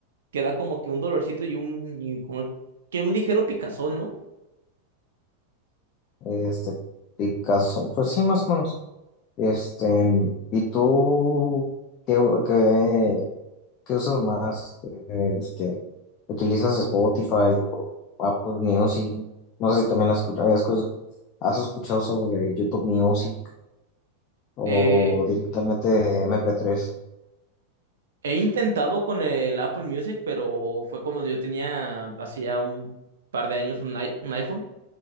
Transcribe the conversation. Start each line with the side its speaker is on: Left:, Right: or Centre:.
Right: queda como que un dolorcito y un, y como que un ligero picazón, ¿no?
Left: este, picazón, pues sí, más o menos. Este, ¿y tú qué, qué, qué usas más? Eh, Este, ¿utilizas Spotify o Apple Music? No sé si también has escuchado, has escuchado sobre YouTube Music o
Right: Eh,
Left: directamente MP3.
Right: he intentado con el Apple Music, pero fue cuando yo tenía hace ya un par de años un, i- un iPhone.